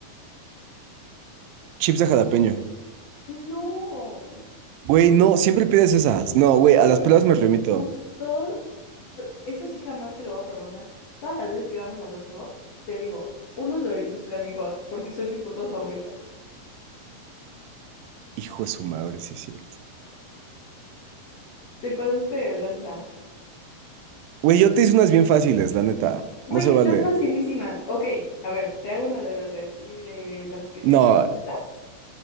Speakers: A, on the right; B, on the left.
A: Chips de jalapeño.
B: No.
A: Güey, no, siempre pides esas. No, güey,
B: Siempre.
A: a las pruebas me remito.
B: Gusto. t- Eso sí jamás te lo voy a perdonar. Todas las veces que vamos al Oxxo, te digo, unos Doritos Flaming Hot, porque son mis papas favoritas.
A: Hijo de su madre, sí es cierto.
B: Te pasaste de lanza.
A: Güey, yo te hice unas bien fáciles, la neta.
B: Güey,
A: No se vale.
B: están facilísimas. Ok, a ver, te hago una de las de aquí, de las que tengo
A: No,
B: anotaditas.